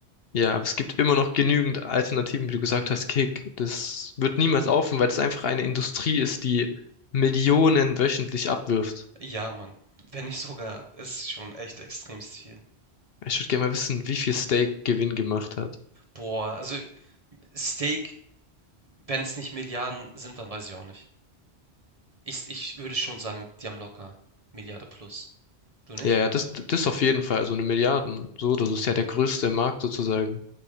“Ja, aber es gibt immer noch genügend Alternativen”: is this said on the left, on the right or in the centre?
Left